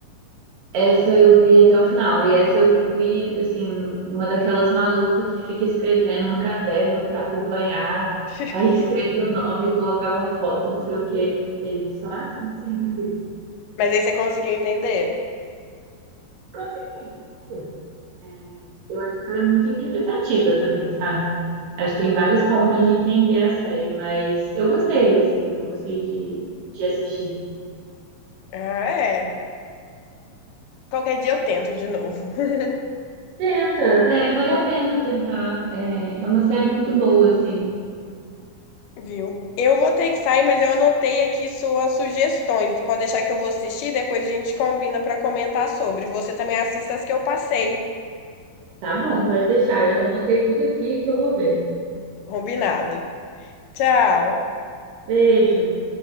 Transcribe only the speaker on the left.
<laughs>
Mas aí você conseguiu entender?
Ah, é. Qualquer dia eu tento de novo. <laughs>
Viu? Eu vou ter que sair, mas eu anotei aqui suas sugestões. Pode deixar que eu vou assistir, depois a gente combina pra comentar sobre. Você também assista as que eu passei.
Combinado. Tchau.